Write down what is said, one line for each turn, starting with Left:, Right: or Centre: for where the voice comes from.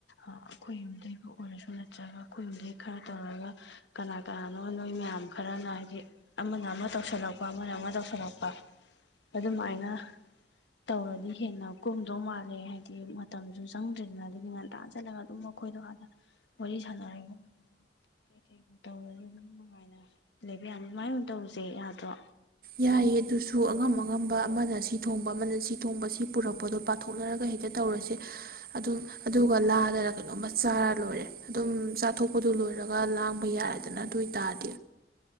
Left: ꯑꯩꯈꯣꯏ ꯌꯨꯝꯗꯩꯕꯨ ꯑꯣꯏꯔꯁꯨ ꯅꯠꯇ꯭ꯔꯒ ꯑꯩꯈꯣꯏ ꯌꯨꯝꯗꯩ ꯈꯔ ꯇꯧꯔꯒ ꯀꯅꯥ ꯀꯅꯥꯅꯣ ꯅꯣꯏ ꯃꯌꯥꯝ ꯈꯔꯅ ꯍꯥꯏꯗꯤ ꯑꯃꯅ ꯑꯃ ꯇꯧꯁꯜꯂꯛꯄ ꯑꯃꯅ ꯑꯃ ꯇꯧꯁꯜꯂꯛꯄ ꯑꯗꯨꯃꯥꯏꯅ ꯇꯧꯔꯗꯤ ꯍꯦꯟꯅ ꯀꯣꯝꯗꯧ ꯃꯥꯜꯂꯦ ꯍꯥꯏꯗꯤ ꯃꯇꯝꯁꯨ ꯆꯪ ꯅꯠꯇ꯭ꯔꯗꯅ ꯑꯗꯨꯗꯤ ꯉꯟ ꯇꯥꯟ ꯆꯠꯂꯒ ꯑꯗꯨꯝ ꯃꯈꯣꯏꯗꯣ ꯍꯥꯟꯅ ꯋꯥꯔꯤ ꯁꯥꯟꯅꯔꯒꯨꯝꯔꯁꯨ ꯀꯩ ꯀꯩꯒꯨꯝ ꯇꯧꯔꯁꯨ ꯑꯗꯨꯝ ꯅꯨꯡꯉꯥꯏꯅ ꯂꯩꯕ ꯌꯥꯅꯤ ꯑꯗꯨꯨꯃꯥꯏꯅ ꯇꯧꯁꯦ ꯌꯥꯗ꯭ꯔꯣ
Right: ꯌꯥꯏꯑ ꯑꯗꯨꯁꯨ ꯑꯉꯝ ꯑꯉꯝꯕ ꯑꯃꯅ ꯁꯤ ꯊꯣꯡꯕ ꯑꯃꯅ ꯁꯤ ꯊꯣꯡꯕ ꯁꯤ ꯄꯨꯔꯛꯄꯗꯣ ꯄꯥꯊꯣꯛꯅꯔꯒ ꯍꯦꯛꯇꯠ ꯇꯧꯔꯁꯦ ꯑꯗꯣ ꯑꯗꯣ ꯂꯥꯗꯅ ꯀꯩꯅꯣꯝꯃ ꯆꯥꯔ ꯂꯣꯏꯔꯦ ꯑꯗꯨꯝ ꯆꯥꯊꯣꯛꯄꯗꯨ ꯂꯣꯏꯔꯒ ꯂꯥꯡꯕ ꯌꯥꯔꯦꯗꯅ ꯑꯗꯨ ꯑꯣꯏꯇꯥꯔꯗꯤ